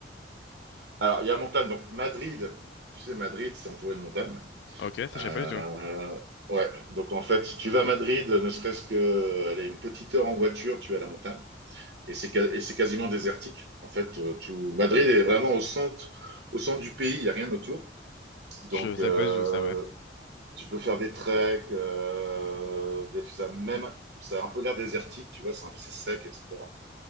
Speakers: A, on the right (about 65°); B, on the left (about 70°).
A: Alors, il y a montagne. Donc Madrid, tu sais, Madrid, c'est entouré de montagnes.
B: Ok, ça, je
A: Euh,
B: savais pas du tout.
A: ouais, donc en fait, tu vas à Madrid, ne serait-ce que aller une petite heure en voiture, tu es à la montagne. Et c'est ca- et c'est quasiment désertique. En fait, euh, tout Madrid est vraiment au centre, au centre du pays, il n'y a rien autour. Donc,
B: Je savais
A: euh,
B: pas du tout ça, ouais.
A: tu peux faire des treks, euh, des- ça, même, ça a un peu l'air désertique, tu vois, c'est un peu c'est sec, etc.